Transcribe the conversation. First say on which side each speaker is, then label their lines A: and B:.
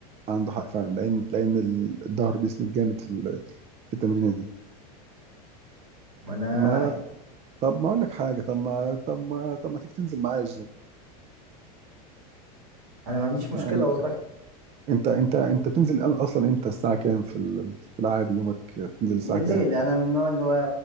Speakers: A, on the right; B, on the right.
A: عنده حق فعلا لان لان ال- الظهر بيسند جامد في ال- في التمرينه دي
B: ما انا
A: ما طب ما اقول لك حاجه طب ما طب ما طب ما تيجي تنزل معايا
B: انا ما عنديش مشكله
A: الجيم
B: والله
A: انت انت انت بتنزل اصلا امتى الساعه كام في ال- في العادي يومك بتنزل
B: بالليل
A: الساعه كام
B: انا من النوع اللي هو